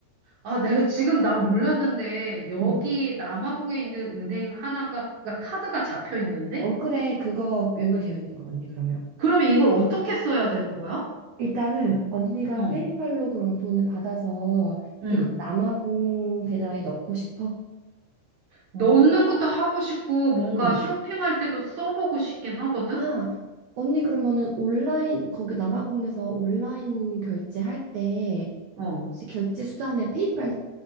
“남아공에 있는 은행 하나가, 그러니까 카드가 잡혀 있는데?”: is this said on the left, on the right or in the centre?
Right